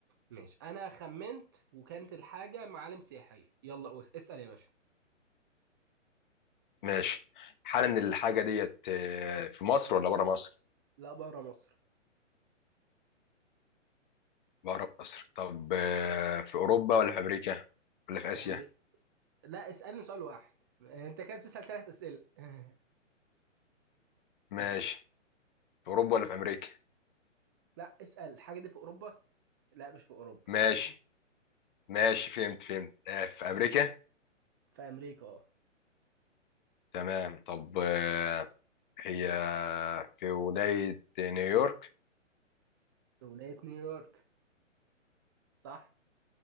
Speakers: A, on the right; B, on the left.
A: ماشي انا خمنت وكانت الحاجة معالم سياحية يلا قول اسأل يا باشا
B: ماشي حالا الحاجة ديت آه، في مصر ولا بره مصر؟
A: لا بره مصر
B: بره مصر طب آه، في أوروبا ولا في أمريكا؟ ولا في
A: في
B: آسيا؟
A: امريكا لا اسألني سؤال واحد انت كده بتسأل ثلاث اسئلة <laughs>
B: ماشي في أوروبا ولا في أمريكا؟
A: لا اسأل الحاجة دي في اوروبا لا مش في اوروبا
B: ماشي ماشي فهمت فهمت آه، في أمريكا؟
A: في امريكا اه
B: تمام طب آه، هي في ولاية نيويورك
A: في ولاية نيويورك صح